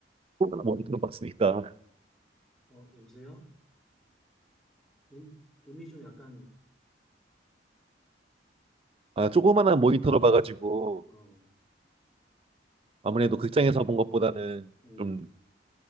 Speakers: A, on the right; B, in the centre.
A: 조그만 모니터로 봤으니까
B: 어, 여보세요? 음, 음이 좀 약간,
A: 아 조그만한 모니터로 봐가지고
B: 어,
A: 아무래도
B: 어,
A: 극장에서 본 것보다는
B: 음,
A: 좀